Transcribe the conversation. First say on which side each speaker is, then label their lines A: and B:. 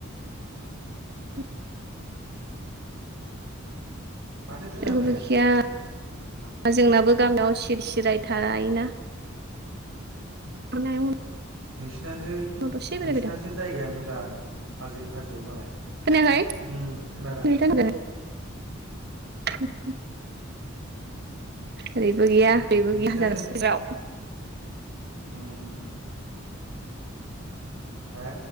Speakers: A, on the right; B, on the right.
A: उम
B: माथो खोनाफैया
A: लोगोबो गैया
B: मा
A: जोंनाबो गामियाव सिरि सिराय थायोना ओंखायनो
B: नोंसिनासो
A: आयंनाव दसे बेरायफैदों
B: नोंसिनासो जायगाया मोजां हाजो हाजो मालाय
A: खोनायाखै
B: उम खोनादों
A: नेटा मोजाङै <inaudible> ओरैबो गैया
B: उम
A: ओरबो
B: नोंसिनासो
A: गैया जागासिनो
B: उम उम हा